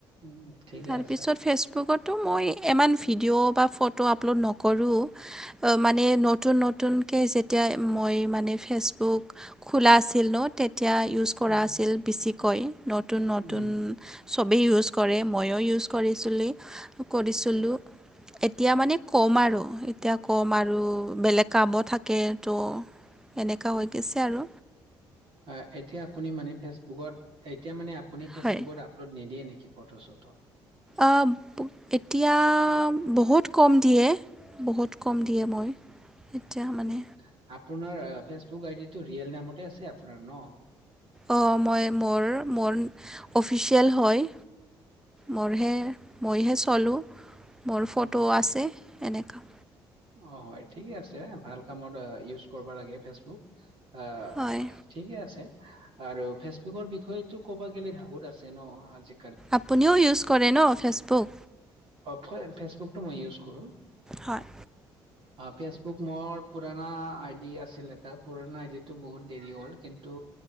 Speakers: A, on the right (about 65°); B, in the centre.
A: উম, ঠিকে
B: তাৰপিছত
A: আছে।
B: ফেচ বুকতো মই ইমান ভিডিঅ' বা ফটো আপলোড নকৰোঁ। মানে নতুন নতুনকে যেতিয়া মই মানে ফেচবুক খোলা আছিল ন', তেতিয়া ইউজ কৰা
A: উম,
B: আছিল বেছিকৈ। নতুন নতুন
A: উম,
B: চবেই ইউজ কৰে ময়ো ইউজ কৰিছিলোঁ, কৰিছিলোঁ। এতিয়া মানে ক'ম আৰু এতিয়া ক'ম আৰু বেলেগ কামো থাকে তো এনেকা হৈ গিছে আৰু
A: অ', এতিয়া আপুনি মানে ফেচ বুকত, এতিয়া মানে আপুনি ফেচবুকত
B: হয়
A: আপলোড নিদিয়ে নেকি ফটো চটো।
B: অ', এতিয়া বহুত কম দিয়ে। বহুত কম
A: উম,
B: দিয়ে মই, এতিয়া মানে
A: উম, আপোনাৰ ফেচবুক আই ডিটো ৰিয়েল নামতে আছে আপোনাৰ ন'?
B: অ, মই মোৰ, মোৰ অফিচিয়েল হয়। মোৰহে মইহে
A: উম,
B: চলোঁ। মোৰ ফটো
A: উম, হয়।
B: আছে এনেকা
A: অ, হয়। ঠিকে আছে। ভাল কামত আ, ইউজ কৰিব লাগে ফেচবুক। আ
B: হয়
A: ঠিকে আছে আৰু ফেচবুকৰ বিষয়টো ক'বা গেলি বহুত আছে ন'। আজি
B: আপুনিও ইউজ কৰে ন' ফেচবুক।
A: অ, ফই, ফেচবুকটো মই ইউজ কৰোঁ।
B: হয়
A: ফেচবুক মোৰ পুৰণা আইডি আছিল এটা, পুৰণা আইডিটো বহুত দেৰি হ'ল কিন্তু